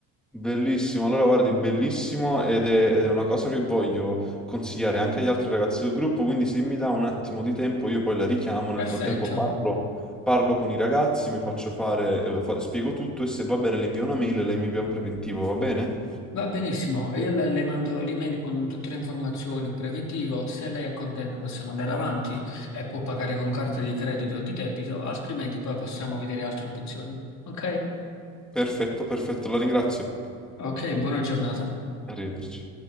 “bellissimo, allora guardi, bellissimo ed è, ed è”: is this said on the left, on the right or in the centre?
Centre